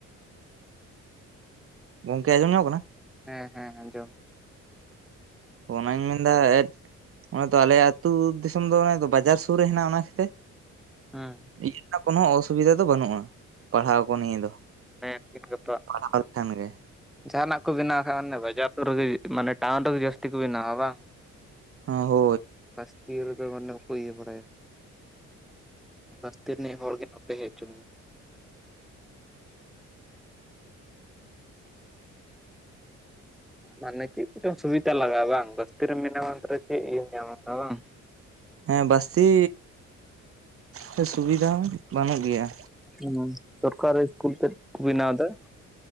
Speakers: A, on the right; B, in the centre.
A: ᱜᱚᱝᱠᱮ, ᱟᱸᱡᱚᱢ ᱧᱚᱢᱚᱜ ᱠᱟᱱᱟ?
B: ᱦᱮᱸ ᱦᱮᱸ ᱟᱸᱡᱚᱢ᱾
A: ᱟᱱᱟᱧ ᱢᱮᱱ ᱫᱟ ᱮᱸ ᱚᱱᱮ ᱫᱚ ᱟᱞᱮᱭᱟᱜ ᱟᱹᱛᱩ ᱫᱤᱥᱚᱢ ᱫᱚ ᱚᱱᱮ ᱫᱚ ᱵᱟᱡᱟᱨ ᱥᱩᱨ ᱨᱮ ᱦᱮᱱᱟᱜ ᱚᱱᱟ ᱠᱷᱛᱤᱨ ᱛᱮ
B: ᱦᱩᱸ᱾
A: ᱤᱭᱟᱹ ᱨᱮᱱᱟᱜ ᱠᱳᱱᱚ ᱚᱥᱩᱵᱤᱫᱷᱟ ᱫᱚ ᱵᱟᱹᱱᱩᱜᱼᱟ, ᱯᱟᱲᱦᱟᱣ ᱠᱚ ᱱᱤᱭᱟᱹ ᱫᱚ᱾
B: ᱦᱮᱸ <unintelligible> ᱜᱟᱯᱟ
A: ᱯᱟᱲᱦᱟᱣ ᱞᱮᱠᱷᱟᱱ ᱜᱮ᱾
B: ᱡᱟᱦᱟᱱᱟᱜ ᱠᱚ ᱵᱮᱱᱟᱣ ᱠᱷᱟᱱ, ᱚᱱᱮ ᱵᱟᱡᱟᱨ ᱥᱩᱨ ᱨᱮᱜᱮ ᱢᱟᱱᱮ ᱴᱟᱣᱩᱱ ᱨᱮᱜᱮ ᱡᱟᱹᱥᱛᱤ ᱠᱚ ᱵᱮᱱᱟᱣᱟ ᱵᱟᱝ?
A: ᱦᱚᱸ ᱦᱳ
B: ᱵᱟᱥᱛᱤ ᱨᱮᱫᱚ ᱢᱟᱱᱮ ᱵᱟᱠᱚ ᱤᱭᱟᱹ ᱵᱟᱲᱟᱭᱟ᱾ ᱵᱟᱥᱛᱤ ᱨᱤᱱᱤᱡ ᱦᱚᱲ ᱜᱮ ᱱᱚᱛᱮ ᱦᱮᱡ ᱪᱚ ᱱᱤᱡ ᱢᱟᱱᱮ ᱪᱮᱜ ᱠᱚᱪᱚᱝ ᱥᱩᱵᱤᱫᱷᱟ ᱞᱟᱜᱟᱣ ᱵᱟᱝ ᱵᱟᱹᱥᱛᱤ ᱨᱮ ᱢᱤᱱᱟ ᱢᱟ ᱚᱱᱛᱮᱨᱮ ᱪᱮᱫ ᱤᱭᱟᱹᱢ ᱧᱟᱢᱟ ᱵᱟᱝ?
A: ᱦᱮᱸ ᱵᱟᱹᱥᱛᱤ ᱨᱮ ᱥᱩᱵᱤᱫᱷᱟ ᱵᱟᱹᱱᱩᱜ ᱜᱤᱭᱟ᱾
B: ᱦᱮ ᱥᱚᱨᱠᱟᱨᱤ ᱤᱥᱠᱩᱞ ᱛᱮᱫ ᱠᱚ ᱵᱮᱱᱟᱣ ᱫᱟ᱾